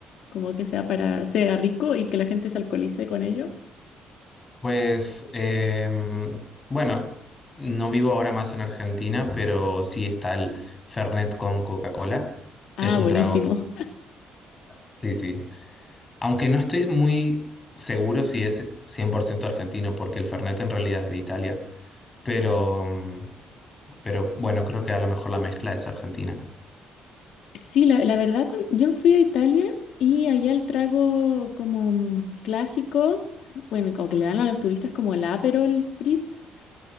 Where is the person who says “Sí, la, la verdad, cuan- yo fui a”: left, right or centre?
Left